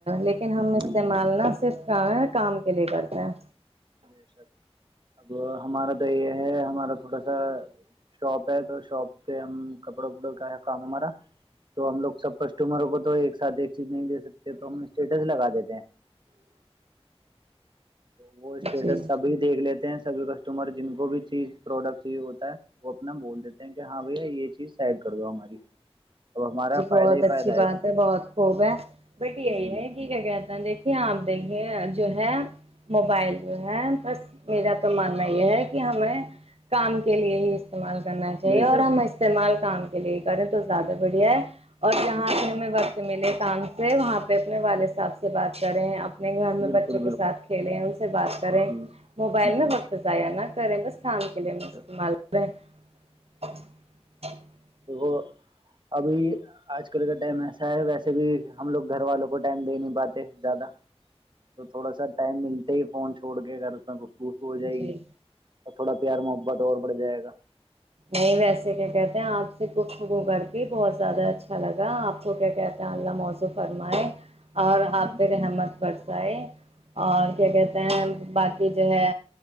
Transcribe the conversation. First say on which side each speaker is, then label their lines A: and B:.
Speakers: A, on the right (about 70°); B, on the right (about 45°).
A: لیکن
B: جی
A: ہم
B: جی
A: استعمال
B: جی
A: نہ صرف کام کے لیے کرتے ہیں
B: بے شک اب ہمارا تو یہ ہے ہمارا تھوڑا سا شاپ ہے تو شاپ پہ ہم کپڑا وپڑا کا ہے کام ہمارا تو ہم لوگ سب کسٹمروں کو تو ایک ساتھ <unintelligible> چیز نہیں دے سکتے تو ہم اسٹیٹس لگا دیتے ہیں وہ اسٹیٹس
A: جی
B: سبھی دیکھ لیتے ہیں سبھی کسٹمر جن <unintelligible> جو بھی چیز پروڈکٹی ہوتا ہے وہ اپنا بول دیتے ہیں کہ ہاں بھ یہ چیز سیڈ کر دو ہماری <unintelligible>
A: جی بہت
B: فائدہ ہی
A: اچھی
B: فائدہ
A: بات
B: اس سے
A: ہے بہت خوب ہے بٹ یہی
B: جی
A: ہے کی کیا گ اد دیک <unintelligible> آپ دیکھیے جو ہے <unintelligible> موبائل جو ہے بس <unintelligible> میرا تو ماننا یہ ہے کہ ہم نے کام کے لیے ہی <unintelligible> استعمال کرنا چاہیے
B: بے شک
A: اور ہم استعمال <unintelligible> کام کے لیے کریں تو زیادہ بڑھیا ہے <unintelligible> اور جہاں
B: جی
A: بھی ہمیں وقت <unintelligible> ملے کام سے وہاں پہ اپنے والد صاحب سے بات کریں آ <unintelligible> اپنے گھر میں
B: بالکل
A: بچوں کے
B: بالکل
A: ساتھ کھیلیں ان سے بات کریں
B: جی
A: موبائل
B: جی
A: میں وقت ضائعانہ <unintelligible> <unintelligible> <unintelligible> <unintelligible>
B: بے شک
A: <unintelligible>
B: دھو ابھی آج کل کا ٹائم ایسا ہے ویسے بھی ہم لوگ گھر والوں کو ٹائم دے نہیں پاتے زیادہ تو تھوڑا سا ٹائم ملتے ہی فون چھوڑ کے ا گھر اس میں ک <unintelligible> پوف ہو جائے
A: جی
B: گی <unintelligible> پیار محبت اور بڑھ جائے گا <unintelligible>
A: نہیں ویسے کیا کہتے ہیں آپ سے ککتگو کر کے بہت زیادہ اچھا لگا آپ کو کیا کہتے ہیں اللہ موضوع فرمائے <unintelligible> اور
B: آمین
A: آپ پھر رحمت پر <unintelligible> بائے <unintelligible> اور
B: آمین
A: کیا کہتے ہیں <unintelligible> باقی جو ہے